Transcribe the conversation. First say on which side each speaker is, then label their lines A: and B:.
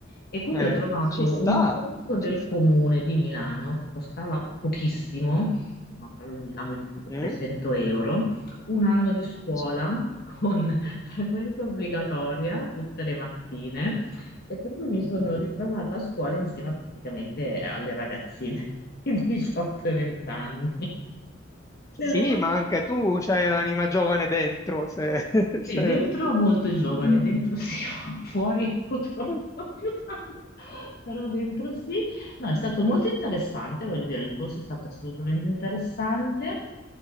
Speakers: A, on the left; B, on the left.
A: E quindi
B: eh,
A: ho trovato
B: ci sta,
A: un corso del
B: ci sta.
A: comune di Milano che costava pochissimo ma parlavi di
B: Mm,
A: 300 euro, un anno di scuola
B: ci-
A: <laughs> con frequenza obbligatoria tutte le mattine e per cui mi sono
B: eh,
A: ritrovata a scuola insieme praticamente alle ragazzine <laughs> di 18 e 20 anni.
B: Sì,
A: Però
B: ma anche tu c'hai l'anima giovane dentro, se, <laughs> se-
A: sì, dentro molto giovane, dentro sì, <laughs> fuori purtroppo
B: eh,
A: non più tanto, però dentro sì. No, è stato molto interessante, voglio dire, il corso è stato assolutamente interessante